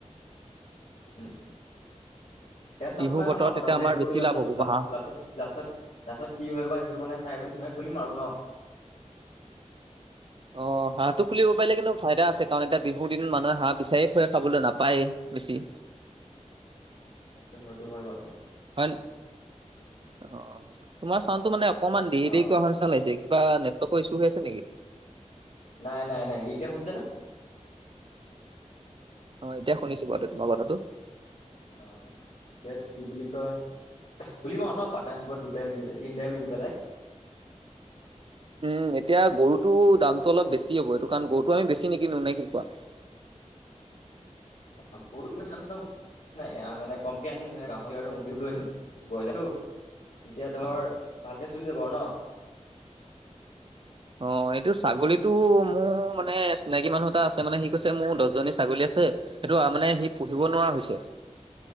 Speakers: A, on the left; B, on the right.
A: উম। এয়া চব
B: বিহু
A: মে
B: বতৰত
A: আমাৰ প্ৰথমতে
B: তেতিয়া
A: এইটো
B: বেছি
A: কৰিলো
B: লাভ হ'ব বা
A: লাষ্টত
B: হাঁহ
A: লাষ্টত লাষ্টত কি হয় বা সেইটো মানে চাই মেলি খুলিম আৰু ন।
B: অ', হাঁহটো খুলিব পাৰিলে কিন্তু ফাইদা আছে কাৰণ এতিয়া বিহুৰ দিন মানুহে হাঁহ বিচাৰি ফুৰে খাবলৈ নাপায়েই। বেছি
A: সেইটো হয়তো হয় বাৰু।
B: হয় অ', তোমাৰ চাউডতটো মানে অকমান দেৰি
A: অ
B: দেৰি অহা নিচিনা লাগিছে কিবা নেট টৰ্ক ইছু হৈ আছে নেকি?
A: নাই নাই নাই, এ-এতিয়া শুনিছা নে?
B: অ', এতিয়া শুনিছো বাৰু তোমাৰ কথাটো।
A: অ', এতিয়া কি বুলি কয় খুলিম আও ন পাটনাৰ হিচাপত দুটাই মিলি, তিটাই মিলি পেলাই।
B: <unintelligible> উম, এতিয়া গৰুটো দামটো অলপ বেছি হ'ব এইটো কাৰণ গৰুটো আমি বেছি নিকিনো নে কি কোৱা? <unintelligible>
A: <unintelligible> নাই মানে কমকে আনিম গাহৰি আৰু মুৰ্গীও লৈ আহিম বইলাৰো তেতিয়া ধৰ
B: অ
A: ভালকে চলি যাব আৰু ন।
B: অ', এইটো ছাগলীতো মোৰ মানে চিনাকী মানুহ এটা আছে মানে সি মোৰ দচজনী ছাগলী আছে, সেইটো আ মানে সি পুহিব নোৱাৰা হৈছে।